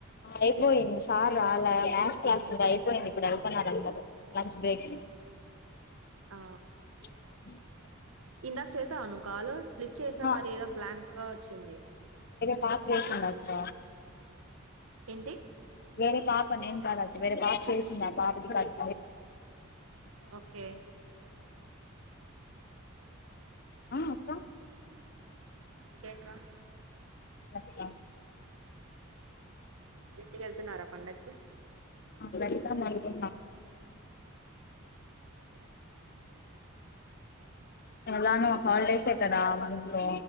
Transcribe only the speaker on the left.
అయిపోయింది సార్ రాల మస్ క్లాస్ అయిపోయింది ఇప్పుడు వెళ్తున్నారు అందరు లంచ్ బ్రేక్
అ
ఆహా
పాపోసడాప్ప
వరే పాప నేం కాదదు వరే పాప చేసుంద పాపది పాట్
ఆ అత్త
ఆ
వెల్కమ్ అకు
ఎలాను హాలిడేసే కదా మంత్ లో